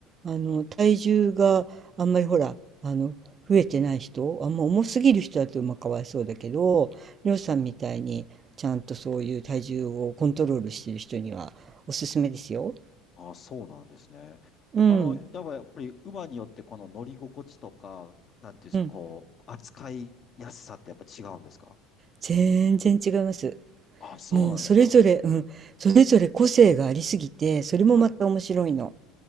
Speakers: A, on the right; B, on the left.
A: あの体重があんまりほら、あの増えてない人、あんま重すぎる人だとまあかわいそうだけど、りょうさんみたいにちゃんとそういう体重をコントロールしてる人にはおすすめですよ。
B: あ、そうなんですね。
A: うん、
B: あの、やっぱやっぱり馬によってこの乗り心地とか、なんていうんですか、
A: うん、
B: こう、扱いやすさってやっぱ違うんですか
A: 全然違います。
B: あ、そうなんですか。
A: もうそれぞれ、うん、それぞれ個性がありすぎて、それもまた面白いの。
B: はい。